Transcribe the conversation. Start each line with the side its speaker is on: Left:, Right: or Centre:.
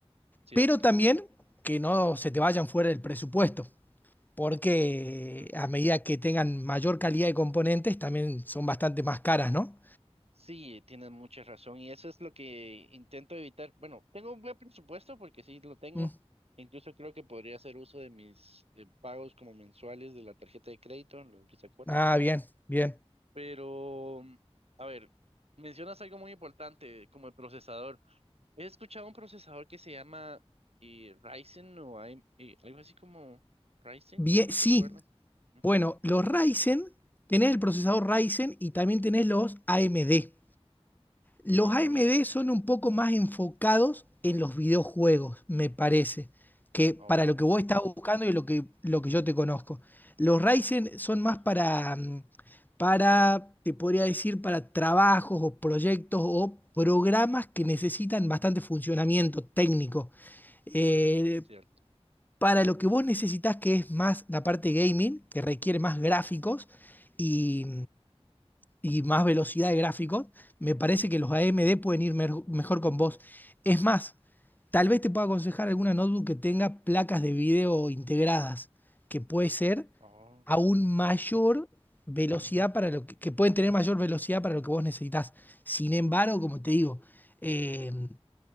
Right: cierto.
Left: pero también que no se te vayan fuera del presupuesto, porque
Right: ujú.
Left: a medida que tengan mayor calidad de componentes, también son bastante más caras, ¿no?
Right: Sí, tienes mucha razón y eso es lo que intento evitar. Bueno, tengo un buen presupuesto porque sí lo tengo.
Left: Mm.
Right: Incluso creo que podría hacer uso de mis eh, pagos como mensuales de la tarjeta de crédito, los cuotas.
Left: Ah, bien, bien.
Right: Pero, a ver, mencionas algo muy importante como el procesador. He escuchado un procesador que se llama eh, Ryzen o AM eh, algo así como Ryzen,
Left: Bien,
Right: no, no
Left: sí,
Right: recuerdo. Ujú.
Left: bueno, los Ryzen, tenés el procesador Ryzen y también tenés los AMD. Los
Right: Ah,
Left: AMD
Right: Oh, ya.
Left: son un poco más enfocados en los videojuegos, me parece, que para
Right: Oh,
Left: lo que vos estás buscando y lo que, lo que yo te conozco. Los Ryzen son más
Right: ajá,
Left: para, mm, para, te podría decir, para trabajos o proyectos o programas que necesitan bastante funcionamiento técnico. Eh,
Right: cierto.
Left: para lo que vos necesitas, que es más la parte gaming, que requiere más gráficos y, y más velocidad de gráficos, me parece
Right: Ujú.
Left: que los AMD pueden ir mer- mejor con vos. Es más, tal vez te pueda aconsejar alguna notebook que tenga placas de video integradas, que puede ser
Right: Oh,
Left: aún mayor velocidad para lo que, que pueden tener mayor velocidad para lo que vos necesitas. Sin embargo, como te digo, eh,